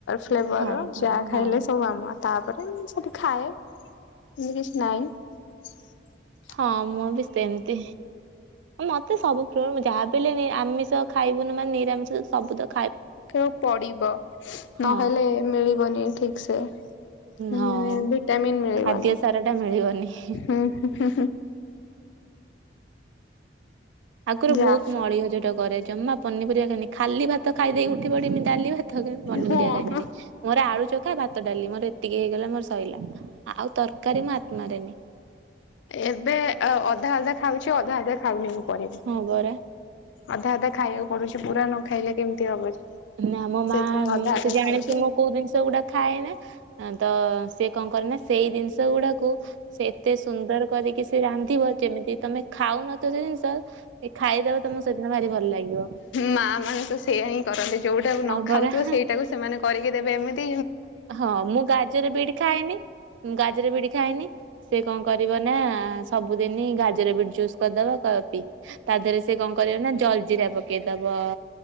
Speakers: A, on the left; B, on the right.
A: ଫ୍ଲେଭର
B: ହଁ ହଁ
A: ଯାହା
B: ହଁ
A: ଖାଇଲେ ସବୁ ଆମ ତାପରେ ସବୁ ଖାଏ। ହିନତି କିଛି ନାଇଁ।
B: ହଁ ମୁଁ ବି ସେମିତି ମତେ ସୁ ର ଯାହାବଲେ ଆମିଷ ଖାଇବୁନି ମାନେ ନିରାମିଷ ସବୁ ଦ
A: ଉ ପଡିବ
B: ହଁ
A: ନହେଲେ ମିଳିବନି ଠିକ୍ ସେ
B: ହଁ
A: ମାନେ ଭିଟାମିନ୍ ମିଳିବନି
B: ଖାଦ୍ୟ ସାର ଟା ମିଳିବନି।
A: ହୁଁ।
B: ଆଗରୁ ବହୁତ
A: ଯା
B: ମଳିହ ଯୋଉଟାକୁ ଘରେ ଜମା ପନିପରିବାି ଖାଲି ଭାତ ଖାଇ ଦେଇକି ଉଠି ପଡମି ଡାଲି ଭାତ ପନିପରିବା
A: ହଁ
B: ଖାଇି ମୋର ଆଳୁ ଚକା ବା ତ ଡାଲି ମୋର ଏତିକି ହେଇଗଲା ମୋର ଶୋଇଲା ଆଉ ତରକାରୀ ମୁଁ ଆତ୍ମାରେନି
A: ଏବେ ଅଧା ଅଲଧା ଖାଉଛି ଅଧା ଅଲଦା ଖାଉନି ମୁଁ ପରିବା।
B: ହଁ ବର
A: ଅଧା ଅଧା ଖାଇବାକୁ ପଡୁଛି ପୁରା ନ ଖାଇଲେ କେମିତି ହବ।
B: ନା ମୋ ମା
A: ସେଇଥିପାଇଁ ଅଧା ଅଧା
B: ସେ ଜାଣିଛି
A: ଖାଉଛି।
B: ମୁଁ କୋଉ ଜିନିଷ ଗୁଡା ଖାଏନ ତ ସିଏ କଣ କରେ ନା ସେଇ ଜିନିଷ ଗୁଡାକୁ ସେ ଏତେ ସୁନ୍ଦର କରିକି ସେ ରାନ୍ଧିବ ଯେମିତି ତମେ ଖାଉନଥ ଜିନିଷ ଖାଇଦବ ତମ ସେଦିନ ଭାରି ଭଲ ଲାଗିବ।
A: ମା ମାନେ ତ ସେଇୟା ହିଁ କରନ୍ତି ଯୋଉଟାକୁ
B: ହଁ
A: ନ ଖାଉଥିବ
B: ପରା।
A: ସେଇଟାକୁ ସେମାନେ କରିକି ବେ ଏମିତିି
B: ହଁ ମୁଁ ଗାଜର ବିଡି ଖାଏନି ମୁଁ ଗାଜର ବିଡି ଖାଇଏନି। ସେ କଣ କରିବ ନା ସବୁଦିନ ଗାଜର ବିଟ ଜୁସ୍ କରିଦବ କି? ତା ଦେହରେ ସେ କଣ କରିବ ନା ଜଲଜିିରି ହେବା ଦବା